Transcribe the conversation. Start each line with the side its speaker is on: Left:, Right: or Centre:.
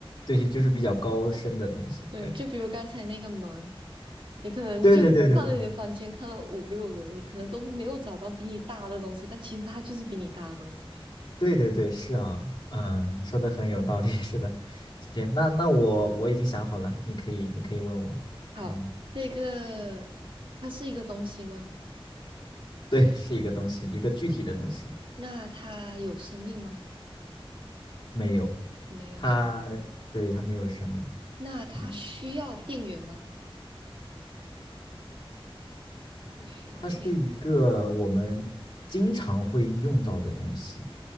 Left: 对，就是比较高深的东西，
Right: 对，
Left: 对，
Right: 就比如刚才那个门。你可能就看了你的房间，
Left: 对对对对对。
Right: 看了五六轮，你可能都没有找到比你大的东西，但其实它就是比你大的东西。<laughs>
Left: 对对对，是啊，嗯，你说的很有道理，<laughs> 是的，行，那那我我已经想好了，你可以你可以问我，
Right: 好，
Left: 嗯，
Right: 这个它是一个东西吗？
Left: 对，是一个东西，一个具体的东西，
Right: 那它有生命吗？
Left: 没有，
Right: 没有生命。
Left: 它，对，它没有生命，
Right: 那它需要电源吗？
Left: 嗯，
Right: 不需要电源。
Left: 它是一个我们经常会用到的东西，